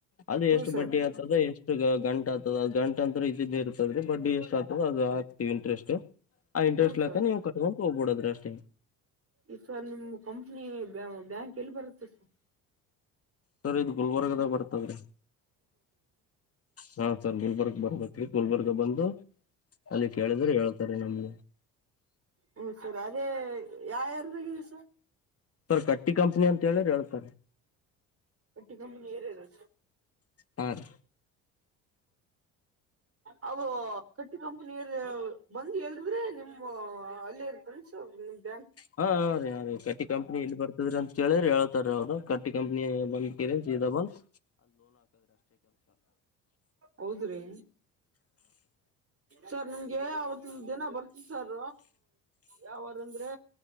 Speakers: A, on the left; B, on the right.
A: ಅದು
B: ಹ್ಮ್
A: ಎಷ್ಟು
B: ಸರ್
A: ಬಡ್ಡಿ ಆಗ್ತದ ಎಷ್ಟ ಈಗ ಗಂಟ ಆತದ ಅದ ಗಂಟ ಅಂದ್ರ ಇದಿದ್ದೆ ಇರ್ತದ ರೀ ಬಡ್ಡಿ ಎಷ್ಟ ಆತದ ಅದು ಇಂಟ್ರೆಸ್ಟ್. ಆ ಇಂಟ್ರೆಸ್ಟ್
B: ಹ್ಮ್ ಸರ್
A: ಲೆಕ್ಕ ನೀವ ಕಟ್ಕೊಂಡ ಹೋಗ್ಬಿಡದ್ರಿ ಅಷ್ಟೇ.
B: ಈ ಸರ್ ನಿಮ್ ಕಂಪ್ನಿ ಬ್ಯಾಂಕ್ ಎಲ್ಲಿ ಬರತ್ತೆ? ಹ
A: ಸರಿ ಇದು ಗುಲ್ಬರ್ಗದಾಗ ಬರ್ತದ್ರಿ. ಹಾ ಸರ್ ಗುಲ್ಬರ್ಗ ಬರ್ಬೇಕ್ರಿ ಬಂದು ಅಲ್ಲಿ ಕೇಳಿದ್ರೆ ಹೇಳ್ತಾರೆ ನಮ್ಗೆ
B: ಹ ಸರಿ ಅದೇ ಯಾವ ಯ ಬಿದಸ
A: ಸರ್ ಕಟ್ಟಿ ಕಂಪ್ನಿ ಅಂತ ಹೇಳ್ರ ಹೇಳ್ತರ್
B: ಪಟ್ಟಿ ಕಂಬ ರ
A: ಹಾ ರೀ
B: ಹಾ ಅ ಕಟ್ಟಿ ಕಂಪನಿಯ ಬಂದು ಹೇಳದ್ರೆ ನಿಮ್ಮ ಅಲ್ಲಿ ಇರ್ತನ್ ಸೌ ನಿಂದ
A: ಹಾ ನಾ ರೀ ಯ ರೀ ಕಟ್ಟಿ ಕಂಪ್ನಿ ಎಲ್ಲಿ ಬರ್ತದ್ರಿ ಅಂತ ಕೇಳಿ್ರಿ ಹೇಳ್ತಾರ ಅವ್ರು ಕಟ್ಟಿ ಕಂಪ್ನಿ ಬ ಕರಣ ಬಲ್ಸ್
B: ಹೌದ್ರಿ ಸರ್ ನಿಮ್ಗೆ ಅವತ್ ದಿನ ಬರ್ತ ಸರ್ ಯಾವಾರಂದ್ರೆ.